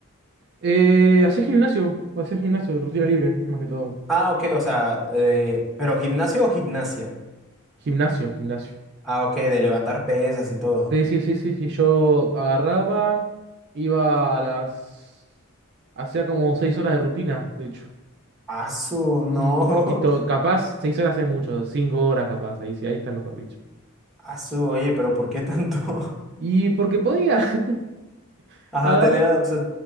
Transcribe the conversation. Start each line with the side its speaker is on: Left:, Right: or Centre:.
Right: Eh, ¿hacés gimnasio? hacía gimnasio? Rutina libre, más que todo.
Centre: Ah, ok, o sea, eh, pero gimnasio o gimnasia.
Right: Gimnasio, gimnasio.
Centre: Ah, ok, de levantar pesas y todo.
Right: Sí, sí, sí, sí, sí. Yo agarraba, iba a las... Hacía como seis horas de rutina, de hecho.
Centre: Asu, no.
Right: Un poquitito, capaz, seis horas es mucho, cinco horas capaz, ahí sí, ahí está mejor dicho.
Centre: <laughs> Asu, oye, pero ¿por qué tanto? <laughs>
Right: Y porque podía, <laughs>
Centre: Ajá,
Right: agarré,
Centre: tenía, o sea,